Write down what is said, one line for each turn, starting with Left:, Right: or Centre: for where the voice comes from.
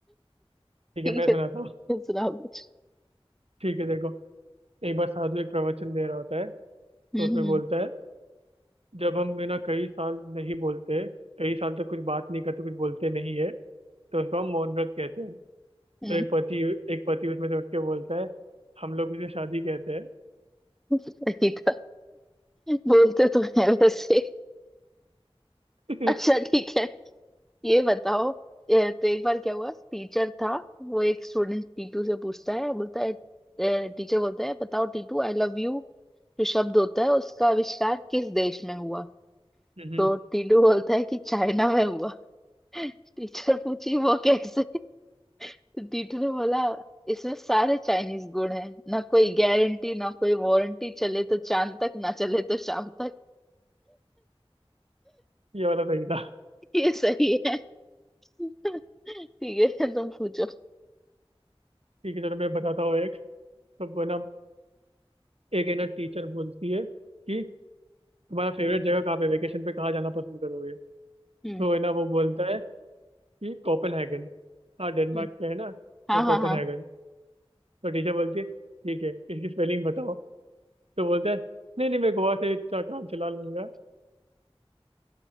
Right: ठीक
Centre: ठीक
Right: है मैं
Centre: है
Right: सुनाता
Centre: तुम
Right: हूँ
Centre: सुनाओ कुछ
Right: ठीक है देखो एक बार साधु एक प्रवचन दे रहा होता है
Centre: हम्म
Right: तो उसमें बोलता
Centre: हम्म
Right: है जब हम है ना कई साल नहीं बोलते कई साल तक कुछ बात नहीं करते कुछ बोलते नहीं है तो उसको हम मौन व्रत कहते हैं
Centre: हम्म,
Right: तो एक पति एक पति उसमें से उठ के बोलता है हम लोग उसे शादी कहते हैं
Centre: सही था बोलते तो है वैसे
Right: <laughs>
Centre: अच्छा ठीक है ये बताओ ए, तो एक बार क्या हुआ टीचर था वो एक स्टूडेंट टीटू से पूछता है बोलता है टीचर बोलता है बताओ टीटू आई लव यू जो शब्द होता है उसका आविष्कार किस देश में हुआ
Right: हम्म,
Centre: तो टीटू बोलता है कि चाइना में हुआ टीचर पूछी वो कैसे तो टीचर ने बोला इसमें सारे चाइनीज गुण हैं ना कोई गारंटी ना कोई वारंटी चले तो चांद तक ना चले तो शाम तक
Right: ये वाला सही था
Centre: ये सही है ठीक है तुम पूछो
Right: ठीक है चलो मैं बताता हूँ एक तो वो ना एक है ना टीचर बोलती है कि तुम्हारा फेवरेट जगह कहाँ पे वेकेशन पे कहाँ जाना पसंद करोगे
Centre: हम्म
Right: तो है ना वो बोलता है कि कोपेनहेगन हाँ डेनमार्क
Centre: हम्म,
Right: का है ना
Centre: हाँ
Right: वो कोपेनहेगन
Centre: हाँ हाँ
Right: तो टीचर बोलती है ठीक है इसकी स्पेलिंग बताओ तो बोलता है नहीं नहीं मैं गोवा से इतना काम चला लूंगा